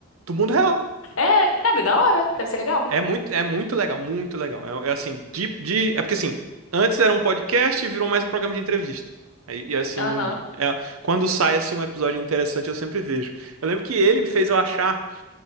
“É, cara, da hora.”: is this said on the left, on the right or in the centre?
Left